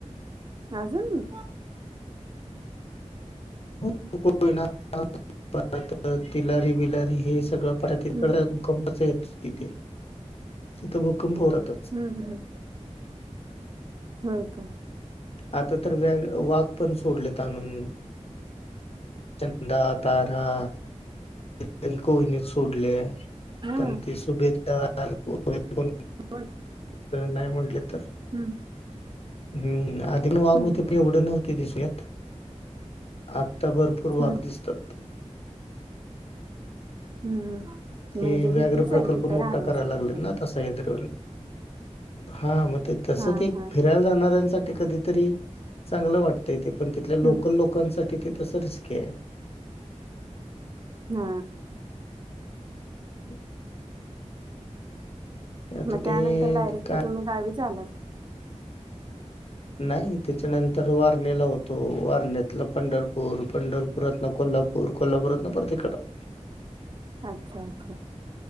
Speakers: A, on the right; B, on the left.
A: आजून?
B: <unintelligible> कोयना ह परत तिलारी, बिलारी हे सगळं परत तिकडं
A: हम्म
B: भूकंपाचं आहेत. तिथे तिथं भूकंप होऊ राहतात.
A: <unintelligible> होय काय.
B: आता तर व्या वाघ पण सोडलेत आणून. चंदा, तारा <unintelligible> कोयनेत सोडले,
A: हा
B: पण ते <unintelligible> <unintelligible>
A: होय
B: नाही म्हटले तर
A: हम्म
B: हम्म आधी पण वाघ
A: हम्म
B: हुत
A: हम्म
B: एवढं नव्हत दिसून येत आ ता भरपूर वाघ
A: हम्म
B: दिसतात.
A: हम्म
B: ते
A: म्हणजे
B: व्याघ्र
A: भीतीच
B: प्रकल्प
A: आहे तिथं
B: मोठा
A: राहण्यासाठी
B: कराय लागलेत
A: पण
B: ना आता, सह्याद्री वाले हा मग तसं
A: हा
B: ते
A: हा
B: फिरायला
A: हा
B: जाणाऱ्यांसाठी कधीतरी चांगलं वाटतंय ते, पण तिथल्या लोकल
A: हम्म
B: प लोकांसाठी ते तसं रिस्की हाय.
A: <inaudible> हा
B: <inaudible> आता
A: मग त्यानंतर
B: ते
A: डायरेक्ट
B: काय
A: तुम्ही गावीच आलात
B: नाही त्याच्यानंतर वारणेला होतो वारणेतलं पंढरपूर पंढरप परतन कोल्हापूर कोल्हापूरातन परत इकडं
A: अच्छा अच्छा